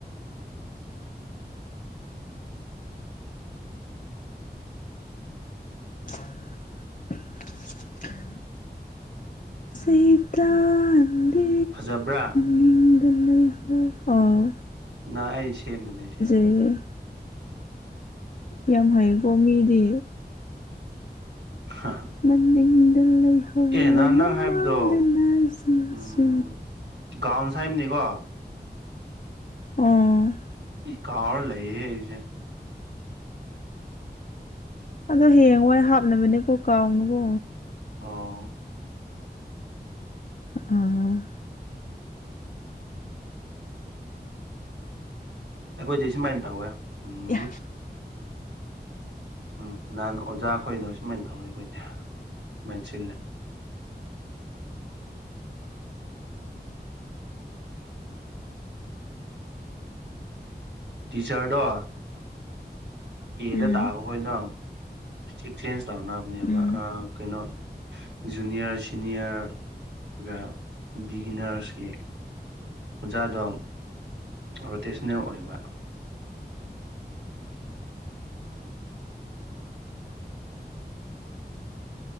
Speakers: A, on the left; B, on the right.
A: <inaudible> ꯁꯩꯇꯥꯟꯗꯤ
B: ꯐꯖꯕ꯭ꯔꯥ
A: ꯅꯤꯡꯗ ꯂꯩ ꯍꯧ ꯑꯥ
B: ꯅꯥ ꯑꯩꯅ ꯁꯦꯝꯕꯅꯦ ꯁꯤ꯫
A: ꯑꯦ ꯌꯥꯝ ꯍꯩꯀꯣ ꯃꯤꯗꯤ
B: <inaudible>
A: ꯃꯅꯤꯡꯗ ꯂꯩꯍꯧꯔꯦ
B: ꯑꯦ ꯅꯍꯥꯟ ꯅꯪ
A: ꯃꯃꯥꯡꯗ
B: ꯍꯥꯏꯕꯗꯣ
A: ꯅꯥ ꯖꯤꯁꯨ
B: ꯎꯝ ꯒꯥꯎꯟꯁ ꯍꯥꯏꯝꯅꯤꯀꯣ
A: ꯎꯝ
B: ꯀꯥꯎꯔꯥ ꯂꯩꯌꯦ ꯑꯩꯁꯦ
A: ꯑꯗꯣ ꯍꯌꯦꯡꯋꯥꯏ ꯍꯥꯞꯅꯕꯅꯦꯀꯣ ꯀꯥꯎꯅꯨꯀꯣ
B: ꯑꯣ
A: ꯑꯣ
B: ꯑꯩꯈꯣꯏꯗꯤ ꯁꯨꯃꯥꯏꯟ ꯇꯧꯋꯦ ꯎꯝ
A: <inaudible>
B: ꯎꯝ ꯅꯍꯥꯟ ꯑꯣꯖꯥ ꯈꯣꯏꯅ ꯁꯨꯃꯥꯏꯟ ꯇꯧꯋꯦ ꯈꯣꯏꯗꯤ ꯃꯦꯟꯁꯤꯜꯂꯦ ꯇꯤꯆꯔꯗꯣ ꯑꯦꯗ
A: ꯎꯝ
B: ꯇꯥꯕ ꯈꯣꯏꯗꯣ ꯑꯦꯛꯆꯦꯟꯁ ꯇꯧꯅꯕꯅꯦꯕ
A: ꯎꯝ
B: ꯑꯥ ꯀꯩꯅꯣ ꯖꯨꯅꯤꯌꯔ ꯁꯤꯅꯤꯌꯔꯒ ꯕꯤꯒꯤꯅꯔꯁꯀꯤ ꯑꯣꯖꯥꯗꯣ ꯔꯣꯇꯦꯁꯅꯦꯜ ꯑꯣꯏꯕ